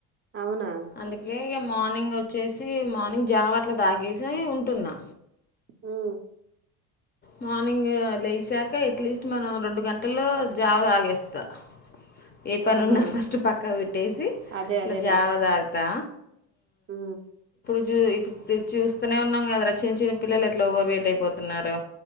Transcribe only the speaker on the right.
అవునా
ఉ
ఆహా
అదే
అదేలే
ఉ